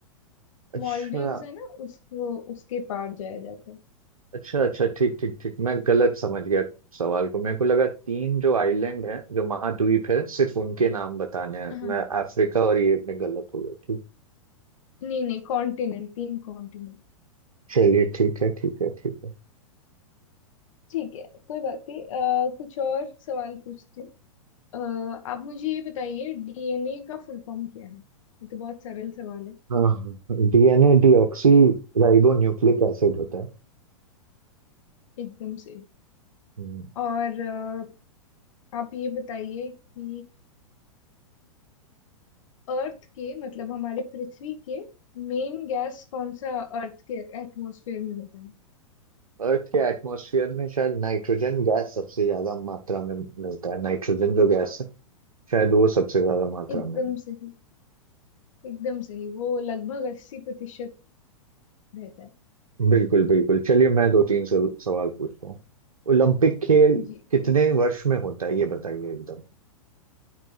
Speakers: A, on the right; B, on the left.
A: अच्छा
B: मॉलडीव्स है ना उस वो उसके पार जाया जाता है
A: अच्छा अच्छा अच्छा ठीक ठीक ठीक मैं गलत समझ गया सवाल को मेरे को लगा तीन जो आइलैंड है जो महाद्वीप है सिर्फ उनके नाम बताने हैं
B: हाँ
A: मैं अफ्रीका और ये में गलत हो गया ठीक
B: नहीं नहीं कॉन्टिनेंट तीन कॉन्टिनेंट
A: चलिए ठीक है ठीक है ठीक है
B: ठीक है कोई बात नहीं अ, कुछ और सवाल पूछती हूँ अ, आप मुझे ये बताइए डीएनए का फुल फॉर्म क्या है ये तो बहुत सरल सवाल है
A: हाँ हाँ DNA deoxyribonucleic acid होता
B: एकदम से
A: है
B: और अ, आप ये बताइए कि अर्थ के मतलब हमारे पृथ्वी के मेन गैस कौन सा अर्थ के एटमॉस्फेयर में होता है
A: अर्थ के एटमॉस्फेयर में शायद नाइट्रोजन गैस सबसे ज्यादा मात्रा में मिलता है नाइट्रोजन जो गैस है शायद वो सबसे ज्यादा मात्रा
B: एकदम
A: में है।
B: सही एकदम सही वो लगभग अस्सी प्रतिशत रहता है
A: बिल्कुल बिल्कुल चलिए मैं दो तीन सव- सवाल पूछता हूँ ओलंपिक खेल
B: जी
A: कितने
B: ठीक है
A: वर्ष में होता है ये बताइए एकदम